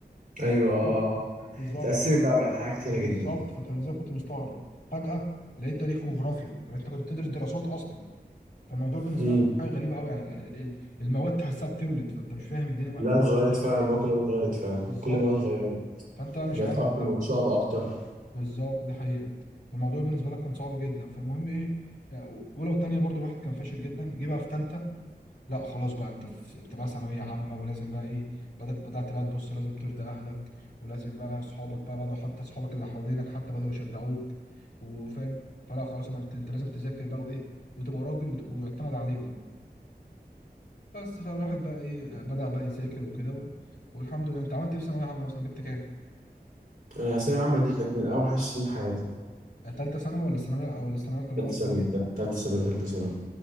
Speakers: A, on the left (about 80°); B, on the right (about 65°).
A: فاستغربت
B: أيوه آه آه.
A: بالظبط
B: اتقسمت بقى بقت حاجات كتيرة
A: بالظبط
B: جدا
A: فأنت إزاي كنت مستغرب فجأة لقيت تاريخ وجغرافيا طب أنت كنت بتدرس دراسات أصلا فالموضوع بالنسبة
B: امم
A: لك حاجة غريبة أوي يعني ال- ال- المواد تحسها بتولد فأنت مش فاهم الدنيا
B: كلها
A: ما-
B: اتغيرت
A: ماشية
B: فعلا
A: على إيه
B: المواد كلها اتغيرت فعلا
A: بالظبط
B: كل المواد اتغيرت
A: فأنت فانت بقى مش
B: بقت
A: عارف
B: أكتر
A: بقى
B: وصعب أكتر
A: بالظبط دي حقيقة الموضوع بالنسبة لك كان صعب جدا فالمهم ايه ولو تانية برضو الواحد كان فاشل جدا جه بقى في تالتة لا خلاص بقى انت في انت بقى ثانوية عامة ولازم بقى ايه بدأت بدأت بقى تبص لازم ترضي اهلك ولازم بقى اصحابك بقى بدأوا حتى اصحابك اللي حوالينك حتى بدأوا يشجعوك وفاهم فلا خلاص بقى انت انت لازم تذاكر بقى وايه وتبقى راجل وت- ويعتمد عليك بقى بس فالواحد بقى ايه آه، بدأ بقى يذاكر وكده و... والحمد لله انت عملت ايه في ثانوية عامة اصلا جبت كام؟
B: أنا الثانوية العامة دي كانت من أوحش سنين حياتي
A: تالتة ثانوي ولا ثانوية ولا الثانوية كلها
B: تالتة
A: ولا
B: ثانوي
A: تانية؟
B: تالتة تالتة ثانوي تالتة ثانوي